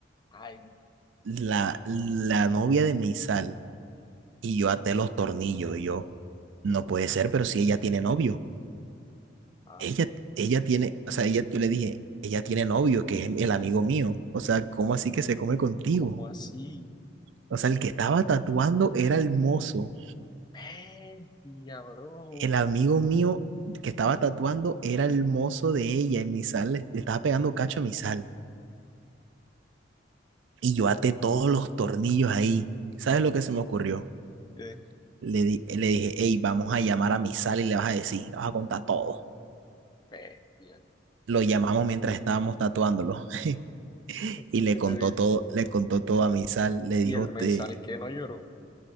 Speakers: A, on the left; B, on the right.
A: Ay,
B: la, la novia de Meisal. Y yo até los tornillos y yo, no puede ser, pero si ella tiene novio,
A: ah,
B: ella, ella tiene, o sea, ella, yo le dije, ella tiene novio, que es el amigo mío, o sea, ¿cómo así que se come contigo?
A: ¿cómo así?
B: O sea, el que estaba tatuando era el mozo,
A: Bestia, bro.
B: el amigo mío que estaba tatuando era el mozo de ella y Meisal le, le estaba pegando cacho a Meisal. Y yo até todos los tornillos ahí. ¿Sabes lo que se me ocurrió?
A: ¿Qué?
B: Le, di- le dije, hey, vamos a llamar a mi sal y le vas a decir, le vas a contar todo.
A: Bestia.
B: Lo llamamos mientras estábamos tatuándolo <laughs> y
A: ¿Y
B: le
A: qué
B: contó
A: te digo?
B: todo, le contó todo a mi Le dijo,
A: Y el mensal
B: te...
A: que no lloró.